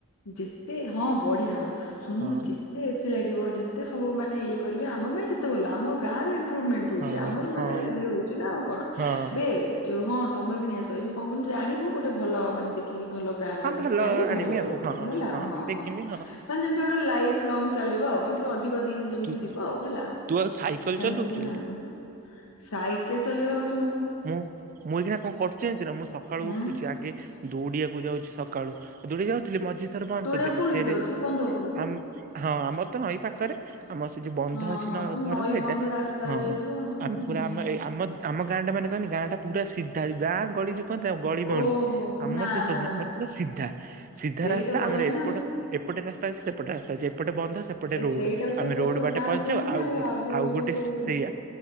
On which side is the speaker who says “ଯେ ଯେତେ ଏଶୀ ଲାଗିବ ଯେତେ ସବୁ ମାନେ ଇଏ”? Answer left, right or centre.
Left